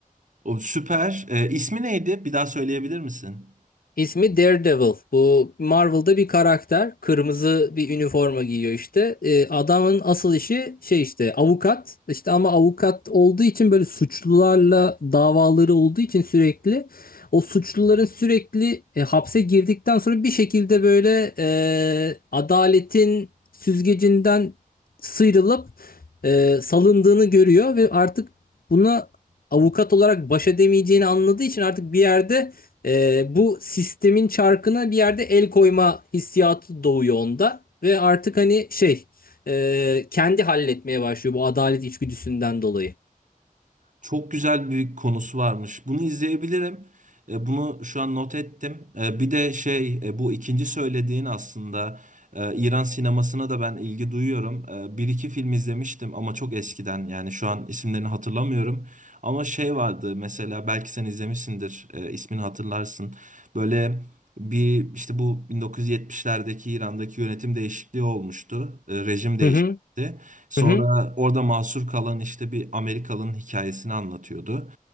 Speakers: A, on the right (about 60°); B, on the left (about 85°).
A: O süper. E, ismi neydi? Bir daha söyleyebilir misin?
B: İsmi Daredevil. Bu Marvel'da bir karakter. Kırmızı bir üniforma giyiyor işte. Ee, adamın asıl işi şey işte avukat. İşte ama avukat olduğu için böyle suçlularla davaları olduğu için sürekli o suçluların sürekli e, hapse girdikten sonra bir şekilde böyle e, adaletin süzgecinden sıyrılıp e, salındığını görüyor ve artık buna avukat olarak baş edemeyeceğini anladığı için artık bir yerde ee, bu sistemin çarkına bir yerde el koyma hissiyatı doğuyor onda ve artık hani şey e, kendi halletmeye başlıyor bu adalet içgüdüsünden dolayı.
A: Çok güzel bir konusu varmış. Bunu izleyebilirim. E, Bunu şu an not ettim. E, Bir de şey e, bu ikinci söylediğin aslında e, İran sinemasına da ben ilgi duyuyorum. E, Bir iki film izlemiştim ama çok eskiden yani şu an isimlerini hatırlamıyorum. Ama şey vardı mesela belki sen izlemişsindir e, ismini hatırlarsın. Böyle bir işte bu 1970'lerdeki İran'daki yönetim değişikliği olmuştu. E, Rejim değişti.
B: Hı hı,
A: Sonra
B: hı hı.
A: orada mahsur kalan işte bir Amerikalı'nın hikayesini anlatıyordu.